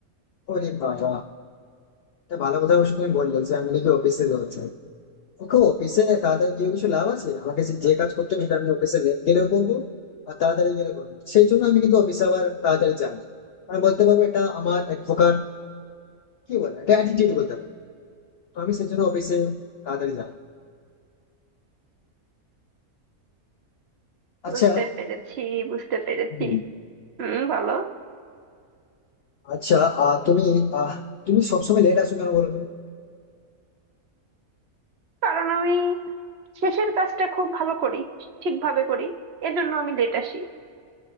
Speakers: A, on the left; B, on the right.
A: ওরে বাবা এটা ভালো কথা অবশ্য তুমি বললে যে আমি নাকি অফিসে লেট যাই দেখো অফিসে তাড়াতাড়ি গিয়ে কিছু লাভ আছে আমাকে সে- যে কাজ করতে হবে সেটা আমি অফিসে লেট গেলেও করবো আর তাড়াতাড়ি গেলে করবো সেই জন্য আমি কিন্তু অফিসে আবার তাড়াতাড়ি যাই না। কারণ বলতে পারবো এটা আমার এক প্রকার কি বলে এটা অ্যাটিটিউড বলতে পারবো তো আমি সেই জন্য অফিসে তাড়াতাড়ি যাই আচ্ছা
B: বুঝতে পেরেছি বুঝতে পেরেছি
A: হুম,
B: হুম বলো
A: আচ্ছা আহ, তুমি আহ তুমি সবসময় লেট আসো কেন বলো তো
B: কারণ আমি শেষের কাজটা খুব ভালো করি ঠিকভাবে করি এজন্য আমি লেট আসি